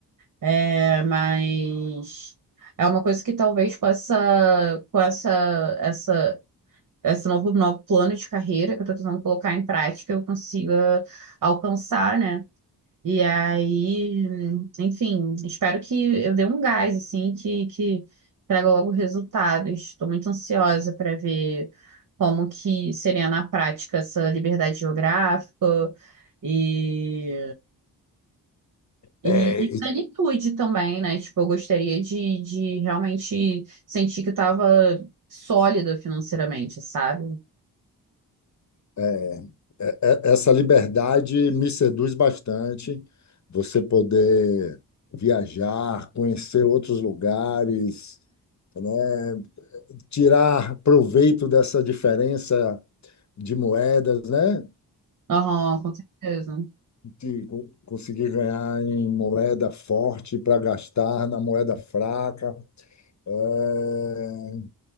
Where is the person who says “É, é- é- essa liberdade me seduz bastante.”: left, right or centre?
Left